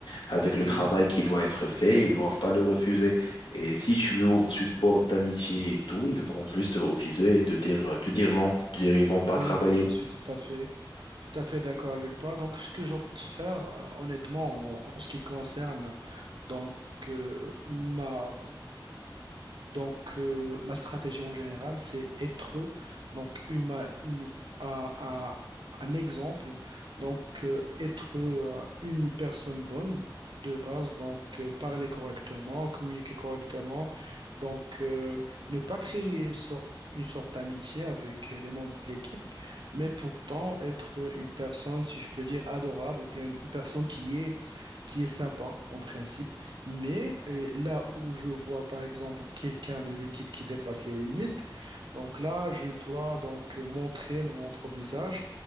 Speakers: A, on the left; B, on the right.
A: avec le
B: oui,
A: travail
B: oui,
A: qui doit être fait, ils doivent pas le refuser. Et si tu ouvres cette porte d'amitié et tout, ils vont juste te refuser et te dire, te dire non, te dire ils vont pas
B: oui,
A: travailler.
B: oui, je suis tout à fait, tout à fait d'accord avec toi. Donc, ce que j'opte faire, euh, honnêtement, en, en ce qui concerne donc euh, ma, Donc, euh, ma stratégie en général, c'est être donc humain une- un, un- un exemple, donc euh, être euh, une personne bonne de base, donc euh, parler correctement, communiquer correctement, donc euh, ne pas créer sorte- une sorte d'amitié avec les membres de l'équipe, mais pourtant être une personne, si je peux dire, adorable ou bien une personne qui est qui est sympa en principe, mais euh, là où je vois par exemple quelqu'un de l'équipe qui dépasse les limites, donc là je dois donc euh, montrer mon autre visage